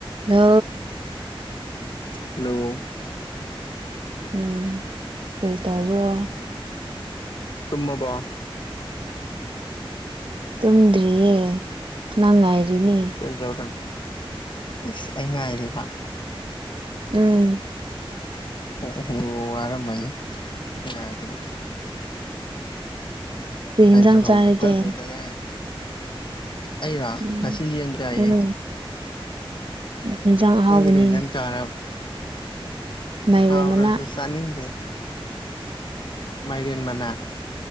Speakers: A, on the right (about 60°); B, on the left (about 55°).
A: ꯅ
B: ꯍꯜꯂꯣ
A: ꯎꯝ ꯀꯔꯤ ꯇꯧꯕ꯭ꯔꯣ
B: ꯇꯃꯕꯕꯥ
A: ꯇꯨꯝꯗ꯭ꯔꯤꯌꯦ ꯅꯪ ꯉꯥꯏꯔꯤꯅꯦ
B: ꯀꯩꯗꯧꯔ ꯑꯩꯁ ꯑꯩ ꯉꯥꯏꯔꯤꯕ
A: ꯎꯝ
B: ꯑꯣ ꯑꯣ ꯋꯥꯔꯃꯅꯤ ꯉꯕꯗ
A: ꯀꯔꯤ ꯌꯦꯟꯖꯥꯡ
B: ꯑꯩꯁꯨ ꯍꯧꯖꯤꯛꯇꯪ
A: ꯆꯥꯔꯒꯦ
B: ꯂꯣꯏꯗꯉꯥꯏ ꯍꯥꯏ ꯑꯩꯔ
A: ꯎꯝ
B: ꯉꯁꯤ ꯌꯦꯟ ꯆꯥꯏꯌꯦ
A: ꯎꯝ ꯌꯦꯟꯖꯥꯡ ꯑꯍꯥꯎꯕꯅꯤꯅꯦ
B: ꯅꯪꯗꯤ ꯀꯔꯤ ꯅꯪ ꯆꯥꯔꯕ
A: ꯃꯥꯏꯔꯦꯟ
B: ꯍꯥꯎꯔꯁꯨ
A: ꯃꯅꯥ
B: ꯆꯥꯅꯤꯡꯗꯦ ꯃꯥꯏꯔꯦꯟ ꯃꯅꯥ